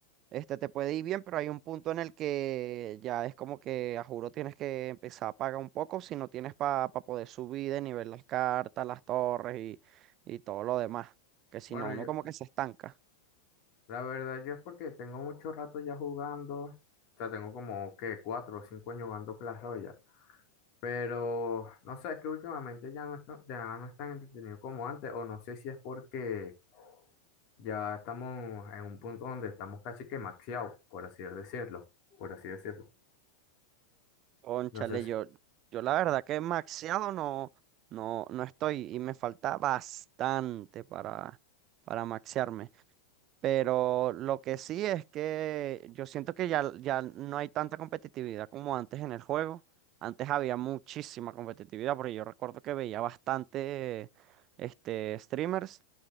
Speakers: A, on the right; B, on the left.
A: este te puede ir bien, pero hay un punto en el que ya es como que a juro tienes que empezar a pagar un poco si no tienes para poder subir de nivel las cartas, las torres y, y todo lo demás. Que si
B: Bueno,
A: no, uno
B: yo,
A: como que se estanca.
B: la verdad yo es porque tengo mucho rato ya jugando. O sea, tengo como, ¿qué? Cuatro o cinco años jugando Clash Royale. Pero no sé, es que últimamente ya no, es ya no es tan entretenido como antes, o no sé si es porque ya estamos en un punto donde estamos casi que maxeados, por así decirlo, por así decirlo.
A: Cónchale,
B: Entonces,
A: yo, yo la verdad que maxeado no, no, no estoy y me falta bastante para, para maxearme. Pero lo que sí es que yo siento que ya, ya no hay tanta competitividad como antes en el juego. Antes había muchísima competitividad, porque yo recuerdo que veía bastante este, streamers